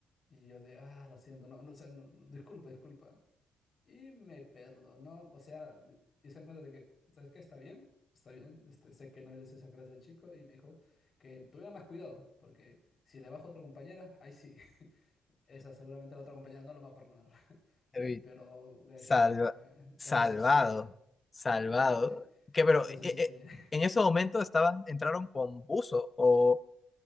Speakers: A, on the left (about 45°); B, on the left (about 30°).
A: Y yo de, ah, lo siento, no, no, o sea, no, no, disculpa, disculpa. Y me perdonó, o sea, di- hice en cuenta de que, ¿sabes qué? Está bien, está bien, este, sé que no eres esa clase de chico y me dijo que tuviera más cuidado, porque si le bajo a otra compañera, ahí sí, <laughs> esa seguramente la otra compañera no lo va a perdonar. <laughs>
B: Uy,
A: Pero gracias
B: Salva-
A: a,
B: salvado,
A: gracias al cielo,
B: salvado.
A: uy, amigo, sí,
B: Que pero
A: no sé
B: eh,
A: si
B: eh,
A: te... <laughs>
B: en ese momento estaban, entraron con buzo o